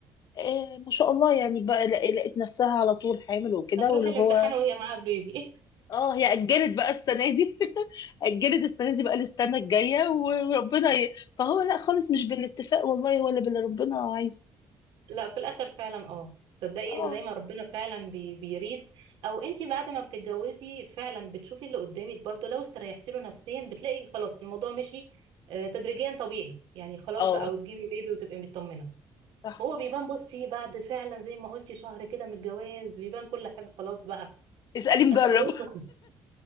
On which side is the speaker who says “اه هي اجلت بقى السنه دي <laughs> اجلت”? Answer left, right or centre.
Left